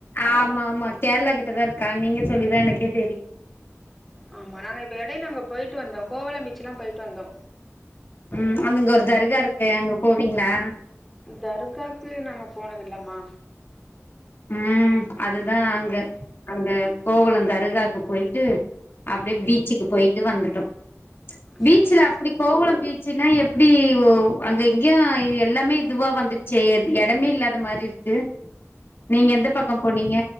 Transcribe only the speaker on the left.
ஆமா ஆமா கேரளா கிட்டதாருக்கா நீங்க சொல்லிதா எனக்கே தெரியு
ம் அங்க இங்க ஒரு தர்கா இருக்கு அங்க போவீங்ளா
ம் அதுதா
அங்க அங்க கோவலம் தருகாக்கு போய்ட்டு அப்டி பீச்சுக்கு போய்ட்டு வந்துட்டோ பீச்சுல
அப்டி கோவளம் பீச்சுன்னா எப்டி அங்க எங்கியா எல்லாமே இதுவா வந்து செர் எடமே இல்லாத மாரிருக்கு நீங்க எந்த பக்கம் போனீங்க